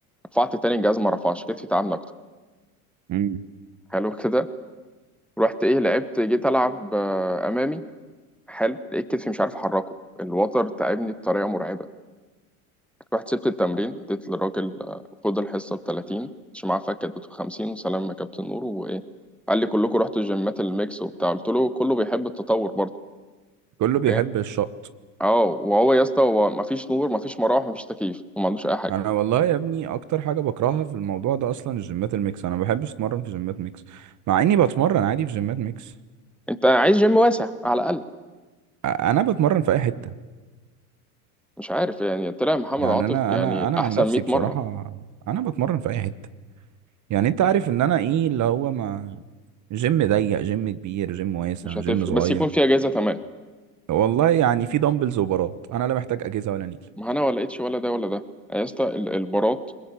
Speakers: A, in the centre; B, on the right.
A: رفعت تاني الجهاز ما رفعش كتفي تعبني اكتر
B: امم
A: حلو كده رحت ايه لعبت جيت العب آه، امامي حلو لقيت كتفي مش عارف احركه الوتر تعبني بطريقه مرعبه رحت سبت التمرين اديت للراجل آه، خد الحصة بتلاتين مش معاه فك اديته خمسين وسلام يا كابتن نور وإيه قال لي كلكم رحتوا الجيمات الميكس وبتاع قلت له كله بيحب التطور برضه
B: كله
A: وإيه
B: بيحب الشط
A: اه وهو يا اسطى هو مفيش نور مفيش مراوح مفيش تكييف وما عندوش أي حاجة
B: انا والله يا ابني اكتر حاجة بكرهها في الموضوع ده اصلا الجيمات الميكس انا ما بحبش اتمرن في جيمات ميكس مع اني بتمرن عادي في جيمات ميكس
A: أنت عايز جيم واسع على الأقل
B: أ- انا بتمرن في اي حتة
A: مش عارف يعني طلع محمد
B: يعني
A: عاطف
B: انا
A: يعني
B: انا انا
A: أحسن
B: عن نفسي
A: 100
B: بصراحة
A: مرة
B: انا بتمرن في اي حتة يعني انت عارف ان انا ايه اللي هو ما جيم ضيق جيم كبير جيم واسع
A: مش هتفرق
B: جيم صغير
A: بس يكون في أجهزة تمام
B: والله يعني في دمبلز وبارات انا لا محتاج اجهزه ولا نيل
A: ما أنا ولا لقيتش ولا ده ولا ده يا اسطى ال- البارات